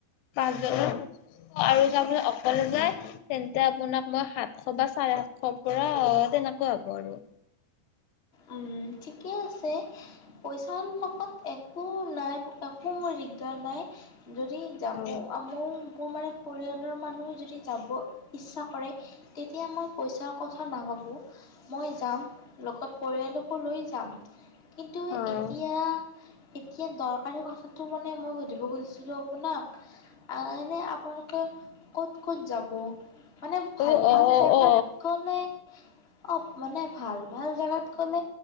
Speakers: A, on the left; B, on the left.
A: পাঁচজন <unintelligible> আৰু যাব অকলে যায় <inaudible> তেন্তে আপোনাক। মই সাতশ বা চাৰে <unintelligible> সাতশৰ <unintelligible> পৰা তেনেকুৱা হব আৰু
B: উম ঠিকে আছে পইচা কত একো নাই একো মোৰ দিগদাৰ নাই। যদি যাব
A: অ
B: আ মোক মানে। পৰিয়ালৰ মানুহো যদি যাব। ইচ্ছা কৰে তেতিয়া মই পইচাৰ। কথা নাভাবোঁ। মই যাম লগত। পৰিয়ালকো লৈ যাম। কিন্তু
A: অ অ
B: এতিয়া। এতিয়া দৰকাৰী কথাটো মানে মই সুধিব খুজিছিলোঁ আপোনাক এনে আপোনালোকে ক'ত ক'ত যাব? মানে ভাল
A: অ অ
B: -ভাল জোগাত
A: অ অ
B: গলে। অ' মানে ভাল ভাল জোগাত। গ'লে